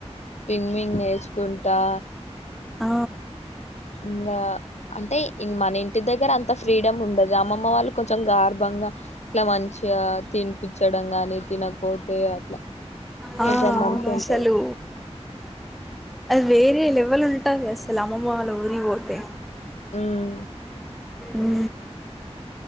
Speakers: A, on the left; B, in the centre.
A: స్విమ్మింగ్ నేర్చుకుంటా
B: ఆ
A: ఇంగా అంటే ఇన్ మనిం టి దగ్గర అంత ఫీడమ్ ఉండదు అమ్మమ్మ వాళ్ళు కొంచం గార్భంగా ఇట్లా మంచిగా తిన్పిచ్చడం గాని తినకపోతే అట్లా
B: ఆ
A: కొంచెం
B: అవును
A: మంచిగా ఉంటది
B: అసలు అది వేరే లెవల్ ఉన్ ఉంటది అసలు అమ్మమమ్ వాళ్ళ ఊరికి వోతే
A: ఉమ్
B: ఉ